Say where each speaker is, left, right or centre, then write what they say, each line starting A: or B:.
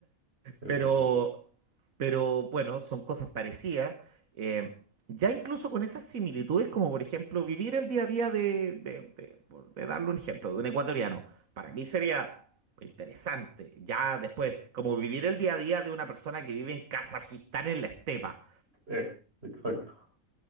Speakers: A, on the right; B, on the right.
A: eso
B: pero,
A: sí.
B: pero bueno, son cosas parecidas. eh, ya incluso con esas similitudes, como por ejemplo vivir el día a día de, de, de- por- de darle un ejemplo, de un ecuatoriano, para mí sería interesante. Ya después, como vivir el día a día de una persona que vive en Kazajistán en la estepa.
A: Eh, exacto. <laughs>